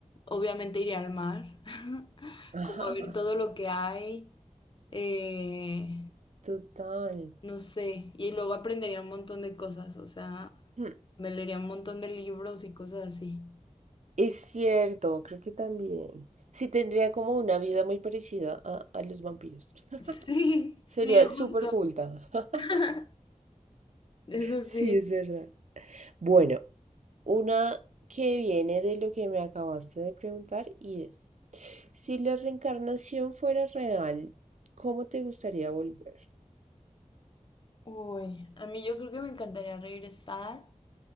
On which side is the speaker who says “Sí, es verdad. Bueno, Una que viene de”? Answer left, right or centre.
Right